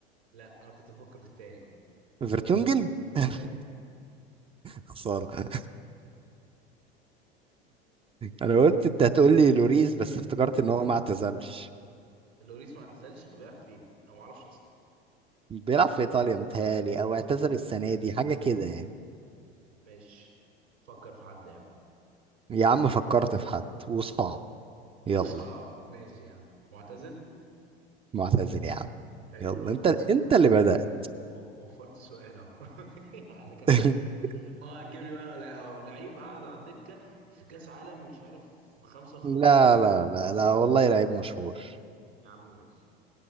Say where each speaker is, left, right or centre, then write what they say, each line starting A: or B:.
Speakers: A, on the right (about 75°); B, on the right (about 15°).
A: لا انا كنت بفكر في التاني بقى
B: فيرتونجن <laughs>
A: ايوه
B: خسارة انا قلت انت هتقول لي لوريس بس افتكرت ان هو ما اعتزلش
A: اللوريس ما اعتزلش بيبيع فين انا ما اعرفش اصلا
B: بيلعب في ايطاليا متهيالي او اعتزل السنة دي حاجة كده يعني
A: ماشي فكر في حد يعني
B: يا عم فكرت في حد وصعب
A: <laughs>
B: يلا
A: وصعب ماشي يا عم معتزل
B: معتزل يا عم
A: حلو
B: يلا
A: انا وفرت
B: انت انت اللي بدأت
A: وفرت سؤال اهو <laughs> قال لك انا
B: <laughs>
A: اللي بدل اه هتجيب لي بقى لا- لعيب قاعد على الدكه في كاس عالم مش عارف 55
B: لا لا لا لا والله لعيب مشهور
A: يا عم ماشي